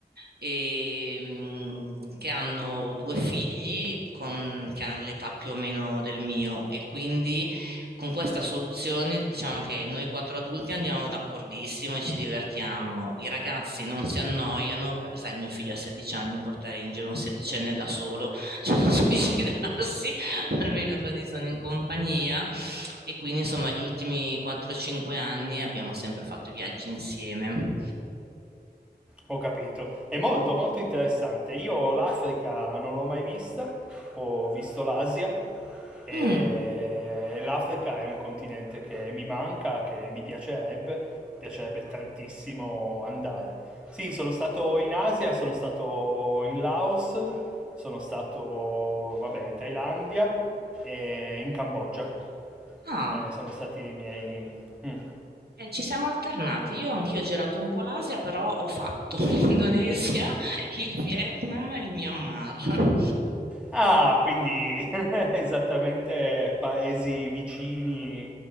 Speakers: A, on the right (about 70°); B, in the centre.
A: e, mm, che hanno due figli con- che hanno l'età più o meno del mio e quindi con questa soluzione diciamo che noi quattro adulti andiamo d'accordissimo e ci divertiamo. I ragazzi non si annoiano, perché sai, mio figlio ha 16 anni, portare in giro un sedicenne da solo, cioè da <laughs> suicidarsi. <laughs> almeno così sono in compagnia e quindi insomma gli ultimi 4-5 anni abbiamo sempre fatto i viaggi insieme.
B: Ho capito, è molto molto interessante. Io l'Africa non l'ho mai vista, ho visto l'Asia e
A: Mm,
B: l'Africa è un continente che mi manca, che mi piacerebbe, piacerebbe tantissimo andare. Sì, sono stato in Asia, sono stato in Laos, sono stato, vabbè, in Thailandia e in Cambogia.
A: ah.
B: Eh, sono stati i miei... mm.
A: Eh, ci siamo alternati, io anch'io ho girato un po' l'Asia, però ho fatto <laughs> l'Indonesia, il Vietnam e il Myanmar.
B: Ah, quindi <laughs> esattamente paesi vicini